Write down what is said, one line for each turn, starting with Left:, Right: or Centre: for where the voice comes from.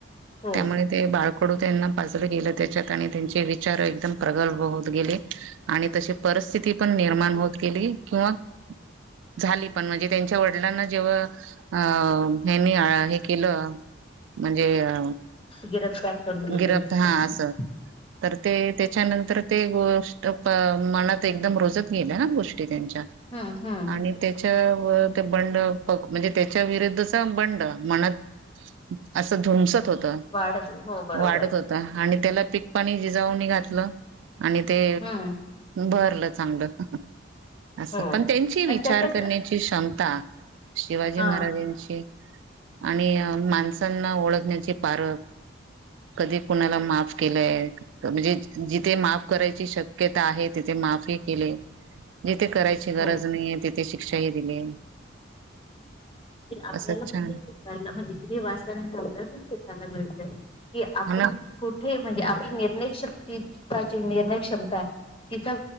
Left: हो
Right: त्यामुळे ते बाळक कडु त्यांना पाजलं गेलं त्याच्यात आणि त्यांचे विचार एकदम प्रगल्भ होत गेले आणि तशी परिस्थिती पण निर्माण होत गेली किंवा झाली पण म्हणजे त्यांच्या वडिलांना जेव्हा अ हेनी हे केलं म्हणजे अ
Left: गिरफ्तार करून दिले
Right: गिरफ्तार
Left: होते
Right: हा
Left: त्यांनी
Right: असं तर ते त्याच्यानंतर ते गोष्ट प मनात एकदम रूजत गेल्या ना गोष्टी त्यांच्या
Left: हम्म हम्म
Right: आणि त्याच्या ते बंड मग म्हणजे त्याच्या विरुद्धचा बंड मनात असं धुमसत होत
Left: वाढत हो बरोबर
Right: वाढत होत आणि त्याला पीक पाणी जिजाऊनी घातलं आणि ते
Left: हम्म
Right: भरलं चांगलं अस
Left: हो.
Right: पण त्यांची विचार
Left: आणि त्याच्यात
Right: करण्याची क्षमता शिवाजी
Left: हा.
Right: महाराजांची आणि माणसांना ओळखण्याची पारख. कधी कुणाला माफ केलंय म्हणजे जिथे माफ करायची शक्य ता आहे तिथे माफी केले जिथे करायची गरज
Left: हो.
Right: नाहीे त शिक्षाही दिली.
Left: ते आपल्याला
Right: असंच छान
Left: पण म्हणजे वाचल्यानंतर आपल्याला पण शायला मिळत कि आपण
Right: हा ना
Left: कुठे म्हणजे आपल्या निर्णयक शक्तीचा जे निर्णय क्षमता आहे. तिचा